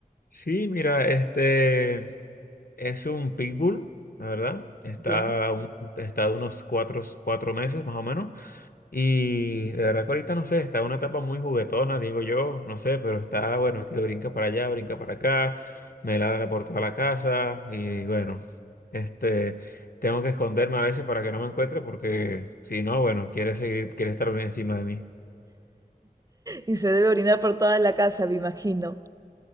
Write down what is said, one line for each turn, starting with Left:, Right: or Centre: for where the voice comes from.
Left: Sí, mira, este, Es un pitbull, la verdad. Está,
Right: Ya.
Left: Ah, un- está de unos cuatro, cuatro meses más o menos. Y de verdad que ahorita no sé, está en una etapa muy juguetona, digo yo, no sé, pero está bueno, que brinca para allá, brinca para acá, me ladra por toda la casa y bueno, este, tengo que esconderme a veces para que no me encuentre porque si no, bueno, quiere seguir, quiere estar encima de mí.
Right: Y se debe orinar por toda la casa, me imagino.